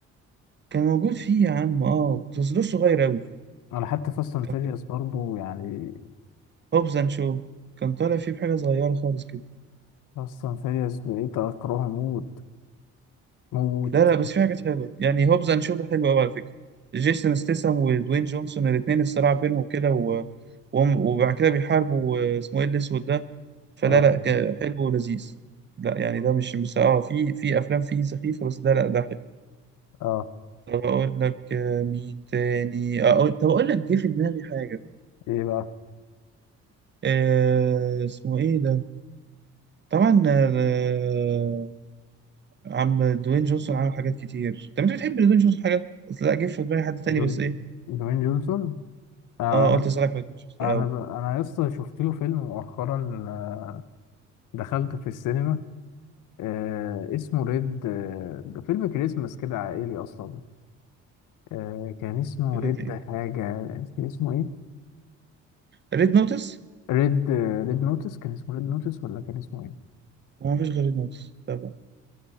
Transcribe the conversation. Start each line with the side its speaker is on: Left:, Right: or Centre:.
Right: كان موجود فيه يا عم اه بس ده صغير أوي
Left: انا حتى فاست اند
Right: كان
Left: فيريوس برضه يعني
Right: هوبز اند شو كان طالع فيه بحاجة صغيرة خالص كده
Left: فاست اند فيريوس بقيت اكرهه موت موت
Right: لا لا بس في حاجات حلوة يعني هوبز اند شو ده حلو أوي على فكرة جيسون ستيسم ودوين جونسون الاتنين الصراع بينهم كده و... وهم- وبعد كده بيحاربوا آه، اسمه ايه الأسود ده فلا
Left: اه
Right: لا ك- حلو ولذيذ لا يعني ده مش بس اه في في أفلام فيه سخيفة بس ده لا ده حلو
Left: اه
Right: طب أقول لك آه، مين تاني آه، أقول طب أقول لك جه في دماغي حاجة
Left: ايه بقى
Right: آه اسمه ايه ده طبعا آه عم دوين جونسون عمل حاجات كتير طب انت بتحب دوين جونسون حاجه بس لا جه في دماغي حد تاني
Left: دوين
Right: بس ايه
Left: دوين جونسون آه
Right: اه
Left: انا
Right: قلت اسالك على دوين جونسون
Left: انا
Right: الاول
Left: ب... انا لسه شفت له فيلم مؤخرا آه، دخلته في السينما آه اسمه ريد آه فيلم كريسمس كده عائلي اصلا آه كان اسمه
Right: ريد
Left: ريد
Right: إيه؟
Left: حاجة كان اسمه إيه؟
Right: ريد نوتس
Left: ريد ريد نوتس كان اسمه ريد نوتس ولا كان اسمه ايه؟
Right: ما فيش غير ريد نوتس طبعا